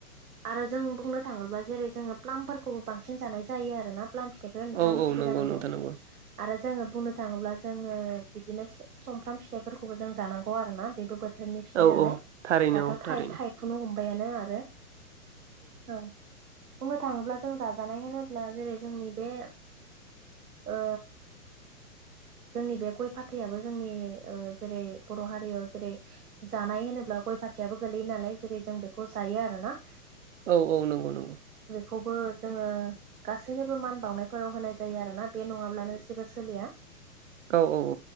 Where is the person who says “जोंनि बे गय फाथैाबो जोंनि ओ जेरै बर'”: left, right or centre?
Right